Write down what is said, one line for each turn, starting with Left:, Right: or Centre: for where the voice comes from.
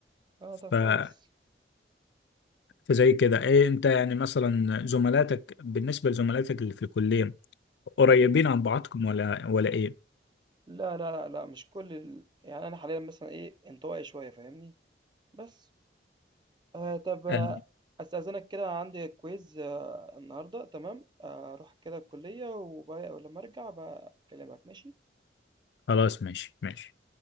Right: آه طب
Left: فاهم
Right: كويس.
Left: فزي كده ايه انت يعني مثلا زملاتك بالنسبة لزملاتك اللي في الكلية قريبين
Right: إمم.
Left: عن بعضكم ولا ولا ايه؟
Right: لا، لا، لأ، لأ، مش كل ال يعني أنا حاليًا مثلًا إيه، انطوائي شوية فاهمني؟ بس. آآ طب آه،
Left: قال لي،
Right: أستأذنك كده عندي quiz آه، النهارده تمام، آآ أروح كده الكلية وب ولمّا أرجع هابقى أكلمك ماشي؟
Left: خلاص ماشي ماشي